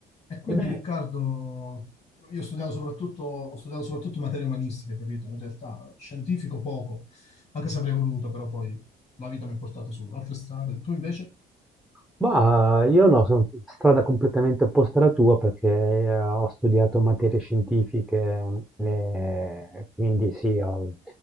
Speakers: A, on the left; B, in the centre.
A: E quindi
B: Ebbene,
A: Riccardo, io ho studiato soprattutto, ho studiato soprattutto materie umanistiche, capito? In realtà scientifico poco, anche se avrei voluto, però poi la vita mi ha portato su altre strade. Tu invece,
B: bah, io no, sono strada completamente opposta alla tua perché eh, ho studiato materie scientifiche mm, e quindi sì, ho-